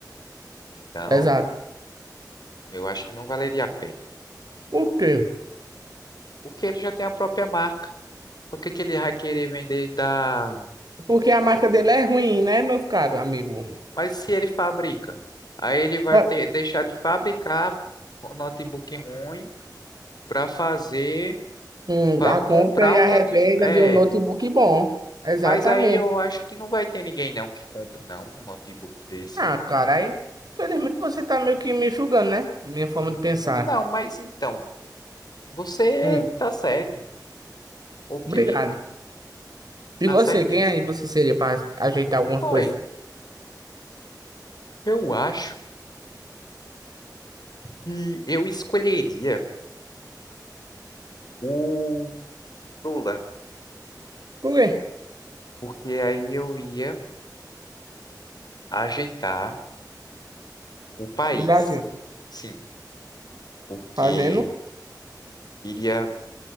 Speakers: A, on the left; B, on the right.
A: Então,
B: exato.
A: eu acho que não valeria a pena.
B: Por quê?
A: Porque ele já tem a própria marca. Por que que ele vai querer vender da...
B: Porque a marca dele é ruim, né, meu caro amigo?
A: Mas se ele fabrica, aí ele vai
B: Ah,
A: ter deixar de fabricar um notebook ruim para fazer,
B: hum,
A: para
B: A compra
A: comprar
B: e
A: um
B: a
A: notebook.
B: revenda
A: É,
B: de um notebook bom. Exatamente.
A: mas aí eu acho que não vai ter ninguém não que compre não um notebook desse.
B: Ah, cara, aí, infelizmente você tá meio que me julgando, né? Minha forma de pensar.
A: Não, mas então, você
B: Hum,
A: tá certo. Ok,
B: obrigado. E
A: tá
B: você,
A: certíssimo.
B: quem aí você seria para ajeitar alguma
A: Foi.
B: coisa?
A: Eu acho que eu escolheria o Lula,
B: Por quê?
A: porque aí eu ia ajeitar o país.
B: O Brasil.
A: Sim, porque
B: Fazendo?
A: iria